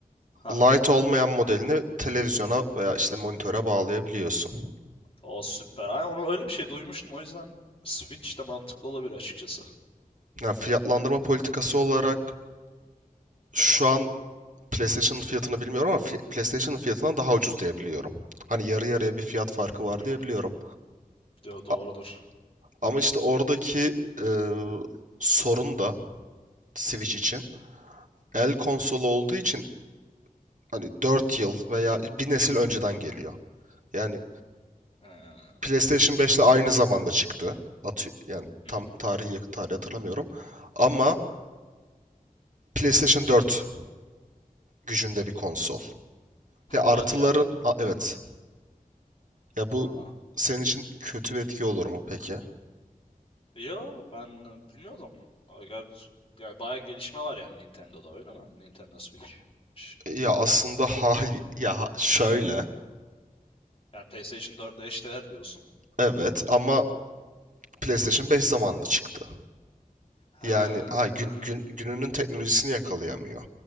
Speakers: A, on the left (about 40°); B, on the right (about 60°).
A: Haha.
B: Lite olmayan modelini televizyona veya işte monitöre bağlayabiliyorsun.
A: O süper. Ay, onu öyle bir şey duymuştum. O yüzden Switch de mantıklı olabilir açıkçası.
B: Yani fiyatlandırma politikası olarak şu an PlayStation'ın fiyatını bilmiyorum ama fi- PlayStation'ın
A: Hı hı.
B: fiyatından daha ucuz diyebiliyorum. Hani yarı yarıya bir fiyat farkı var
A: Hı hı.
B: diyebiliyorum.
A: Diyor doğrudur.
B: A- Ama işte oradaki e, sorun da Switch
A: Hı hı.
B: için el konsolu olduğu için hani 4 yıl veya bir nesil önceden geliyor. Yani
A: He,
B: PlayStation
A: anladım.
B: 5 ile aynı zamanda çıktı. Atı- yani
A: Hı
B: tam
A: hı.
B: tarihi yakın tarih hatırlamıyorum. Ama
A: Hı hı.
B: PlayStation 4 gücünde bir konsol. Ya artıların
A: Hadi ya.
B: A- evet. Ya bu
A: Aa,
B: senin için kötü bir etki olur mu peki?
A: Yo ben e, bilmiyordum. Agar yani bayağı gelişme var yani Nintendo'da öyle mi? Nintendo Switch. Ş-
B: Ya aslında <laughs> hayır ya ha- şöyle.
A: Yani PlayStation 4 ile eşdeğer diyorsun.
B: Evet ama PlayStation 5 zamanında çıktı.
A: Ha
B: Yani ha gün, gün- gününün teknolojisini yakalayamıyor.